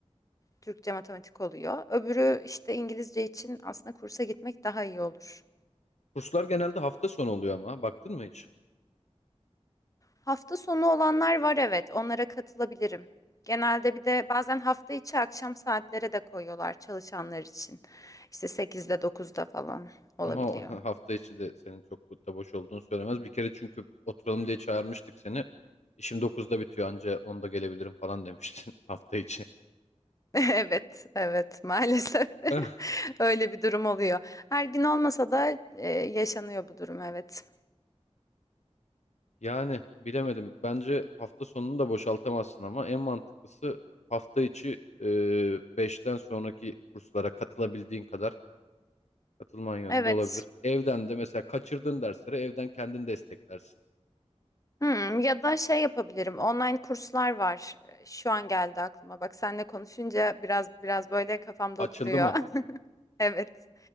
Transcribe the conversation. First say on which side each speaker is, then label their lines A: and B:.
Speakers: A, on the left (about 30°); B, on the left (about 80°).
A: Türkçe matematik oluyor. Öbürü işte İngilizce için aslında kursa gitmek daha iyi olur.
B: Kurslar genelde hafta sonu oluyor ama baktın mı hiç?
A: Hafta sonu olanlar var evet, onlara katılabilirim. Genelde bir de bazen hafta içi akşam saatlere de koyuyorlar çalışanlar için. İşte 8'de dokuzda falan olabiliyor.
B: Ama o <laughs>
A: <laughs>
B: hafta içi de senin çok da boş olduğunu söylemez. Bir kere çünkü oturalım diye çağırmıştık seni. İşim dokuzda bitiyor anca onda gelebilirim falan demiştin <laughs> hafta içi.
A: Evet, evet maalesef
B: Eh,
A: <laughs> öyle bir durum oluyor. Her gün olmasa da e, yaşanıyor bu durum evet.
B: Yani bilemedim. Bence hafta sonunu da boşaltamazsın ama en mantıklısı hafta içi e, 5'ten sonraki kurslara katılabildiğin kadar katılman yönünde
A: Evet.
B: olabilir. Evden de mesela kaçırdığın dersleri evden kendin desteklersin.
A: Hmm, ya da şey yapabilirim. Online kurslar var. Ee, Şu an geldi aklıma. Bak seninle konuşunca biraz biraz böyle kafamda
B: Açıldı
A: oturuyor.
B: mı?
A: <laughs> Evet.